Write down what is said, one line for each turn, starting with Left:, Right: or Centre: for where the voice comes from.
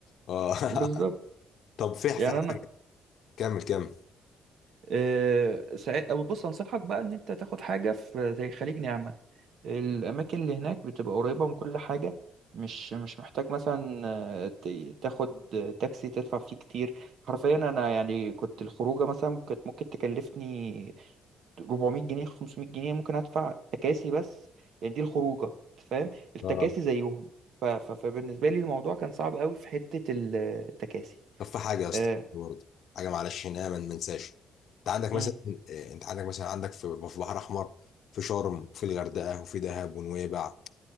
Left: اه <laughs>
Right: بالظبط
Left: طب في في
Right: يعني
Left: حاجه
Right: أنا
Left: كمل كمل
Right: آه، ساع- أو بص أنصحك بقى إن أنت تاخد حاجة في زي خليج نعمة الأماكن اللي هناك بتبقى قريبة من كل حاجة مش مش محتاج مثلا آه، ت- تاخد تاكسي تدفع فيه كتير حرفيا أنا يعني كنت الخروجة مثلا كانت ممكن تكلفني 400 جنيه 500 جنيه ممكن أدفع تكاسي بس يعني دي الخروجة أنت فاهم التكاسي
Left: اه
Right: زيهم ف- ف- فبالنسبة لي الموضوع كان صعب قوي في حتة التكاسي
Left: طب في حاجه يا
Right: آه،
Left: اسطى برضه حاجه معلش هنا ما ننساش انت عندك مثلا
Right: مم،
Left: آه، انت عندك مثلا عندك في في بحر احمر في شرم وفي الغردقه وفي دهب ونويبع